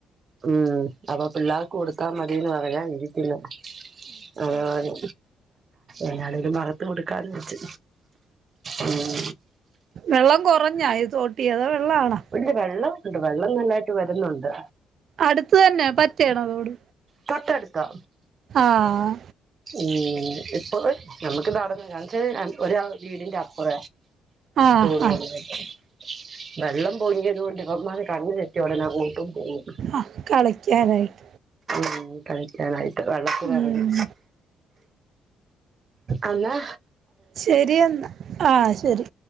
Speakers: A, on the right; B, on the right.
A: ഉം. അപ്പൊ പിള്ളാർക്ക് കൊടുക്കാ മതിന്ന് പറയാൻ ഇരിക്കുന്നു <unintelligible> ആഹ് ഏതാണേലും മറത്ത് കൊട്ക്കാന്ന് വെച്ച് ഉം.
B: വെള്ളം കൊറഞ്ഞാ ഈ തോട്ടിയതോ വെള്ളാണോ?
A: ഇല്ല വെള്ളം ണ്ട് വെള്ളം നല്ലായിട്ട് വര്ന്ന്ണ്ട്.
B: അട്ത്ത തന്നെ പറ്റാണോ തോട്
A: തൊട്ടടുത്താ
B: ആഹ്.
A: ഉം ഇപ്പൊ നമ്മക്ക് നടന്ന ഞാച്ചാല് ആഹ് ഒരാ വീടിന്റെ അപ്പൊറ.
B: ആഹ്
A: തോട് <unintelligible>
B: ആഹ്
A: വെള്ളം പൊങ്ങ്യതോണ്ട് ഇവന്മാർ കണ്ണ് തെറ്റ്യാ ഒടനെ കൂട്ടും പോവും.
B: ആഹ് കളിക്ക്യാനായിട്ട്.
A: ഉം കളിക്കാനായിട്ട് വെള്ളത്തിലെറങ്ങി.
B: ഉം
A: അന്നാ
B: ശെരിയെന്നാ ആഹ് ശെരി.